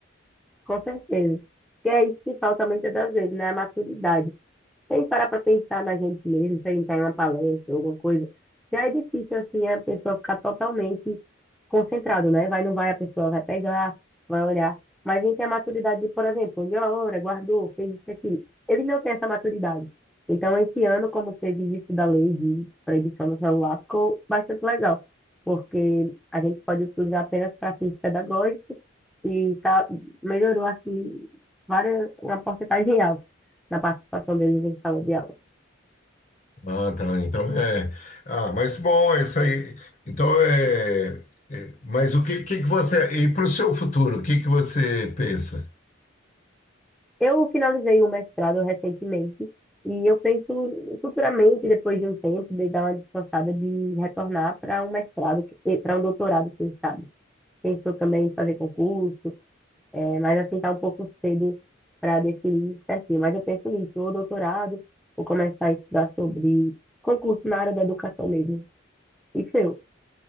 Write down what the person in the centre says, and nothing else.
com certeza. Porque é isso que falta muitas das vezes, né? A maturidade. Sem parar para pensar na gente mesmo, sem estar em uma palestra, alguma coisa. Já é difícil, assim, a pessoa ficar totalmente concentrada, né? Vai, não vai, a pessoa vai pegar, vai olhar. Mas a gente tem a maturidade de, por exemplo, olhou a obra, guardou, fez isso aqui. Eles não têm essa maturidade. Então, esse ano, como teve isso da lei de proibição do celular, ficou bastante legal, porque a gente pode utilizar apenas para fins pedagógicos e tá, melhorou, assim, várias, uma porcentagem alta na participação deles em sala de aula.
Eu finalizei o mestrado recentemente e eu penso futuramente, depois de um tempo, de dar uma descansada de retornar para um mestrado, para um doutorado, quem sabe. Pensou também em fazer concurso, é, mas assim está um pouco cedo para definir certinho. Mas eu penso nisso, ou doutorado, ou começar a estudar sobre concurso na área da educação mesmo. E seu?